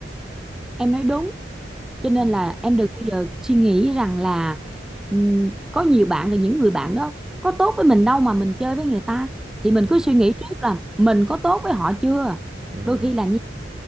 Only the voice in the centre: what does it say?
em nói đúng cho nên
là em đừng bao giờ suy nghĩ rằng là ừm, có nhiều bạn rồi những người bạn đó có tốt với mình đâu mà mình chơi với người ta thì
mình cứ suy nghĩ trước là mình có tốt với họ chưa
đôi khi là như